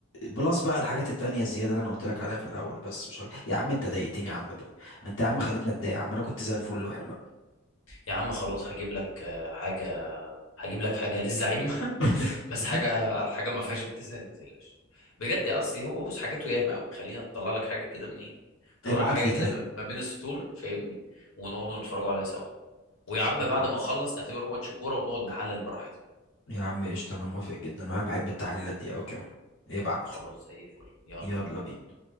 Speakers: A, on the left; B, on the left.
A: بلس بقى الحاجات التانية الزيادة اللي انا قلت لك عليها في الاول بس مش عارف. يا عم انت ضايقتني يا عم بل. انت يا عم خليتني اتضايق يا عم انا كنت زي الفل وحلو
B: يا عم خلاص هجيب لك آه، حاجه هجيب لك حاجه للزعيم
A: <laughs>
B: <laughs> بس حاجه حاجه ما فيهاش ابتذال ما تقلقش بجد يا اصلي هو بص حاجاته ياما قوي خلينا اطلع لك حاجه كده من ايه اطلع
A: ابعت
B: لك حاجه
A: لي
B: كده ما بين السطور فاهمني ونقعدوا نتفرجوا عليها سوا ويا عم
A: طيب
B: بعد ما نخلص نعتبره ماتش كوره ونقعد نحلل براحتنا
A: يا عم قشطة أنا موافق جدا وأنا بحب التحليلات دي أوي كمان ابعت
B: خلاص زي الفل يلا
A: يلا
B: بينا
A: بينا